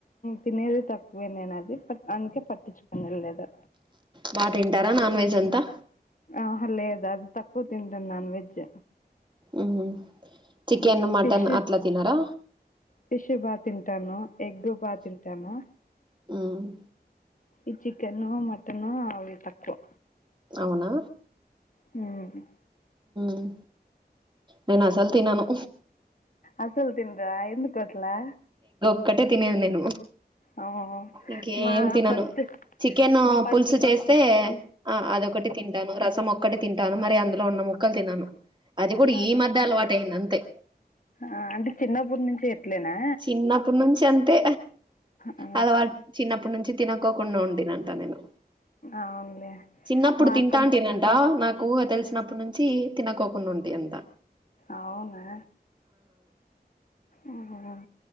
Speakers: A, on the left (about 50°); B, on the right (about 25°).
A: తినేది తక్కువే నేను అది పట్ అందుకే పట్టించుకుని తినలేదు
B: బా తింటారా నాన్ వెజ్ అంతా
A: ఆహా లేదు అది తక్కువ తింటను నాన్ వెజ్
B: ఉహు చికెన్
A: మ్మ్
B: మటన్
A: ఫిష్
B: అట్లా తినారా
A: ఫిష్ బా తింటాను ఎగ్ బాగా తింటాను
B: మ్మ్
A: ఈ చికెను మటను అవి తక్కువ
B: అవునా
A: మ్మ్
B: మ్ నేను అసలు తినను
A: అసలు తినరా ఎందుకట్లా
B: ఒకటే తినేది నేను
A: ఓ
B: ఇంకేం
A: మా
B: తినను
A: ఫస్ట్
B: చికెన్
A: మా ఫస్ట్
B: పులుసు చేస్తే ఆ అదొకటి తింటాను రసం ఒక ఒకక్కటి తింటాను మరి అందులో ఉన్న ముక్కలు తినను అది కూడా
A: ఆ
B: ఈ మధ్య అలవాటు అయింది అంతే
A: ఆ అంటే చిన్నప్పటి నుంచి ఇట్లేనా
B: చిన్నప్పుటి నుంచి అంటే
A: ఆ
B: అలవాటు చిన్నప్పటి నుంచి తినకకండి నోడ్దిన అంత నేను
A: అవునులే
B: చిన్నప్పుడు
A: మా
B: తింటాంటేనంట
A: అత్తమ్మ
B: నాకు తెలిసినప్పుడునుంచి తినకోకుండా ఉండి అంత
A: అవునా మ్మ్